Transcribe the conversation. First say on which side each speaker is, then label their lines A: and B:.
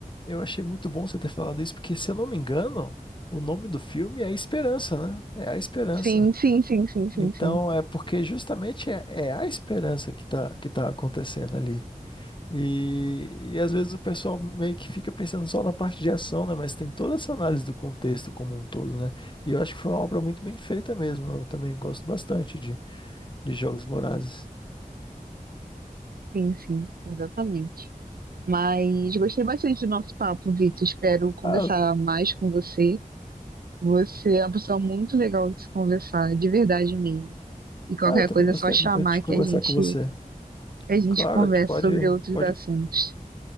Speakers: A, on the left (about 35°); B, on the right (about 90°).
A: eu achei muito bom você ter falado isso, porque se eu não me engano, o nome do filme é A Esperança, né? É A Esperança.
B: Sim, sim, sim, sim, sim,
A: Então,
B: sim.
A: é porque justamente é, é a esperança que tá, que tá acontecendo ali. E, e às vezes o pessoal meio que fica pensando só na parte de ação, né? Mas tem toda essa análise do contexto como um todo, né? E eu acho que foi uma obra muito bem feita mesmo. Eu também gosto bastante de, de Jogos Vorazes.
B: Sim, sim, exatamente. Mas gostei bastante do nosso papo, Vitor. Espero conversar
A: Ah, eu,
B: mais com você. Você é uma pessoa muito legal de se conversar, de verdade mesmo. E qualquer
A: ah, eu também
B: coisa
A: gostei
B: é só chamar
A: muito de conversar
B: que a gente,
A: com você.
B: que a gente
A: Claro,
B: conversa
A: a gente pode,
B: sobre outros
A: pode,
B: assuntos,